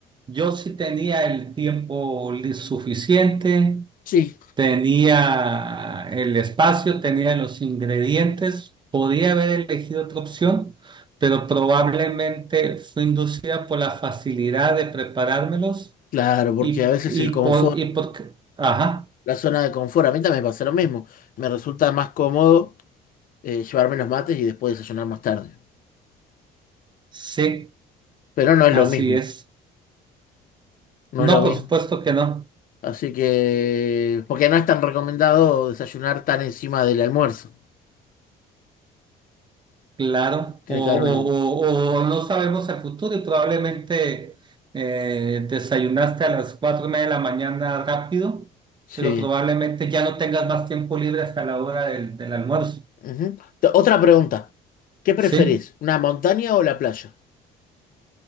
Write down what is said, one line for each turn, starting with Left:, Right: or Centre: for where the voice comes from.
Right: yo sí tenía el tiempo li- suficiente,
Left: Sí,
Right: tenía el espacio, tenía los ingredientes, podía haber elegido otra opción, pero probablemente fue inducida por la facilidad de preparármelos
Left: claro, porque
Right: y,
Left: a veces
Right: y
Left: el confort,
Right: por, y porque, ajá,
Left: la zona de confort, a mí también me pasa lo mismo. Me resulta más cómodo eh, llevarme los mates y después desayunar más tarde.
Right: sí,
Left: Pero no es
Right: así
Left: lo mismo,
Right: es.
Left: no
Right: No,
Left: es lo mismo.
Right: por supuesto que no.
Left: Así que, porque no es tan recomendado desayunar tan encima del almuerzo.
Right: Claro,
Left: Tiene
Right: o,
Left: que haber
Right: o-
Left: una...
Right: o- o no sabemos el futuro y probablemente eh, desayunaste a las cuatro y media de la mañana rápido,
Left: Sí.
Right: pero probablemente ya no tengas más tiempo libre hasta la hora del, del almuerzo,
Left: Ujú. T- Otra pregunta. ¿Qué preferís?
Right: ¿sí?
Left: ¿Una montaña o la playa?